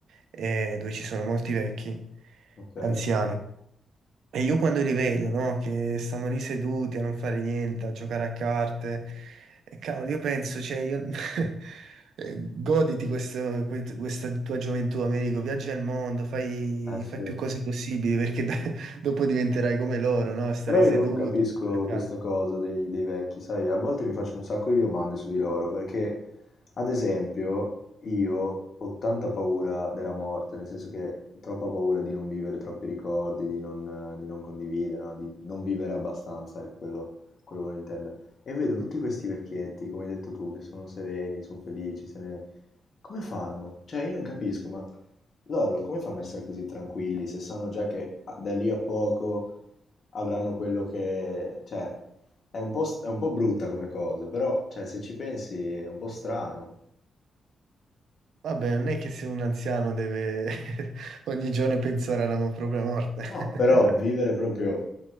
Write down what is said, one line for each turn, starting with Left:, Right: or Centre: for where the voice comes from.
Right: eh, dove ci sono molti vecchi,
Left: Ok.
Right: anziani. E io quando li vedo, no, che stanno lì seduti a non fare niente, a giocare a carte, e cavolo, io penso, cioè, io... <laughs> eh, goditi questo- que- questa tua gioventù, Americo, viaggia al mondo, fai,
Left: Eh sì.
Right: fai più cose possibili, perché da- <laughs> dopo diventerai come loro, no? Stare
Left: Però io
Right: seduti,
Left: non capisco
Right: giocare a
Left: questa
Right: carte.
Left: cosa dei, dei vecchi, sai, a volte mi faccio un sacco di domande su di loro, perché ad esempio io ho tanta paura della morte, nel senso che ho troppa paura di non vivere troppi ricordi, di non, di non condividere, no? Di non vivere abbastanza, ecco, quello, quello volevo intendere. E vedo tutti questi vecchietti, come hai detto tu, che sono sereni, sono felici, se ne, come fanno? Cioè, io non capisco, ma loro come fanno a essere così tranquilli se sanno già che a- da lì a poco avranno quello che... Cioè, è un po', st- è un po' brutta come cosa, però, cioè, se ci pensi è un po' strano.
Right: Vabbè, non è che se un anziano deve <laughs> ogni giorno pensare alla mo- propria morte.
Left: No, però
Right: <laughs>
Left: vivere proprio